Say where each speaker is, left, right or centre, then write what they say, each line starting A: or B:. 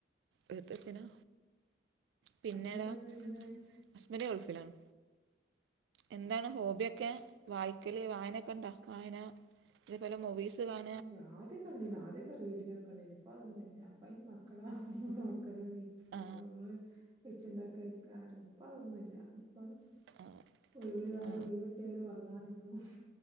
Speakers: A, on the right; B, on the right.
A: വ്യതത്തിനാ പിന്നേടാ
B: ഹസ്ബൻഡ് എന്താ ചെയ്യ്ണ്ടേ?
A: അസ്ബന്റ് ഗൾഫിലാണ് എന്താണ് ഹോബിയൊക്കെ വായിക്കല് വായനൊക്കെ ഇണ്ടേ വായന ഇത് പല മൂവീസ് കാണ
B: ഞാര് കണ്ടീന്യേ ആദ്യക്കെ റീഡിങ് ക്കെ ഇണ്ടേനു ഇപ്പ അതൊന്നുല്ല അപ്പ ഈ മക്കളാ നോക്കലും വീ
A: ആ
B: ഇമവെച്ച്ണ്ടാക്കരിക്ക ആണ് ഇപ്പ അതൊന്നുല്ല അപ്പ
A: <inaudible>
B: ഒഴിവുളോളെ
A: ആ
B: ഒഴിവ്ട്ട്യാല് ഒറങ്ങാൻ നിക്കും